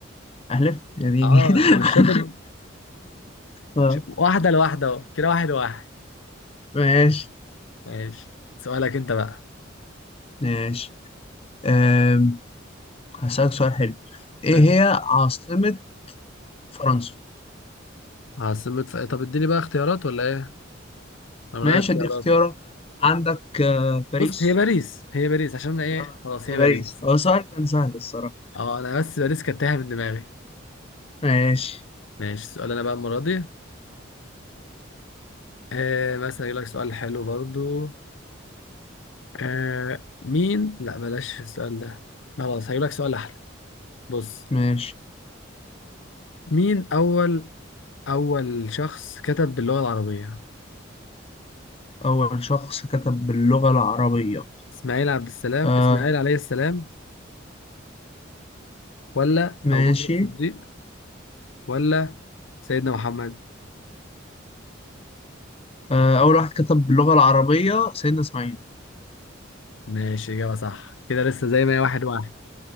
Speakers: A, on the left (about 30°); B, on the left (about 75°).
A: أحلف يا ديني
B: اه
A: <laughs>
B: انت مش شاطر
A: آه،
B: ش... واحدة لواحدة اهو كده واحد لواحد
A: ماشي
B: ماشي سؤالك انت بقى
A: ماشي أم، هسألك سؤال حلو إيه
B: ماشي
A: هي عاصمة فرنسا؟
B: عاصمة ف... طب اديني بقى اختيارات ولا ايه؟ انا من
A: ماشي
B: غير اختيارات
A: أديك اختيارات عندك آه، باريس
B: بص هي باريس هي باريس عشان أنا ايه
A: آه،
B: خلاص
A: باريس
B: هي باريس
A: هو سؤال كان سهل الصراحة
B: اه انا بس باريس كانت تايهة من دماغي
A: ماشي
B: ماشي سؤال انا بقى المرة دي آه مثلا يقول لك سؤال حلو برضو آه مين لا بلاش السؤال ده خلاص هيقول لك سؤال احلى بص
A: ماشي
B: مين اول أول شخص كتب باللغة العربية
A: أول شخص كتب باللغة العربية
B: إسماعيل عبد السلام
A: آه
B: إسماعيل عليه السلام ولا
A: ماشي
B: أبو بكر الصديق ولا سيدنا محمد
A: آه أول واحد كتب باللغة العربية سيدنا إسماعيل
B: ماشي إجابة صح كده لسه زي ما هي واحد واحد